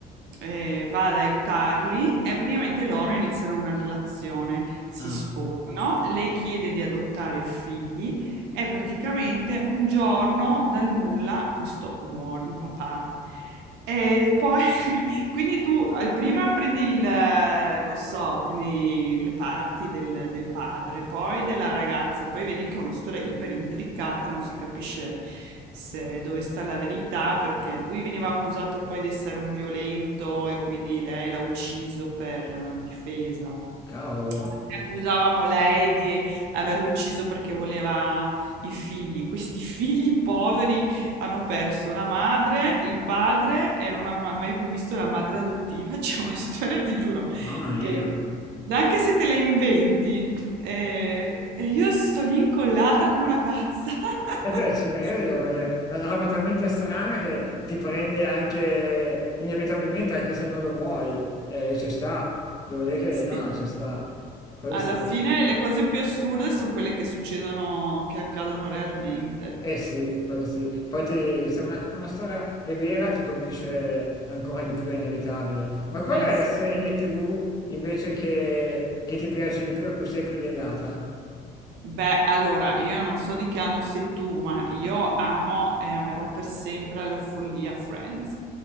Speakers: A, on the right (about 80°); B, on the left (about 20°).
A: eh, va ad aiutarli e praticamente loro iniziano una relazione, si
B: Ah,
A: sposano, lei chiede di adottare figli e praticamente un giorno dal nulla questo muore il papà. E poi quindi tu eh, prima prendi il, eh, non so, prendi le parti del, del padre, poi della ragazza, poi vedi che è una storia iper intricata, non si capisce se- dove sta la verità, perché lui veniva accusato poi di essere un violento e quindi lei l'ha ucciso per eh, difesa.
B: cavolo.
A: Altri Accusavano lei di averlo ucciso perché voleva i figli. Questi figli poveri hanno perso la madre, il padre e non hanno mai più visto la madre adottiva. <laughs> C'è una storia, ti giuro,
B: Mamma mia.
A: che anche se te la inventi, eh, e io sto lì incollata come una pazza. <laughs>
B: E beh, ci credo perché è una roba talmente strana che ti prende anche inevitabilmente, anche se non lo vuoi, e ci sta. Devo dire che
A: Sì,
B: no, no, ci sta. Quello
A: alla
B: sì.
A: fine le cose più assurde sono quelle che succedono, che accadono realmente.
B: Eh sì, quello sì. Poi ti- se una, una storia è vera ti colpisce ancora di più, è inevitabile. Ma qual
A: Eh,
B: è
A: sì.
B: la serie TV invece che, che ti piace di più, a cui sei più legata?
A: Beh, allora, io non so di che anno sei tu, ma io amo e amerò per sempre la follia Friends.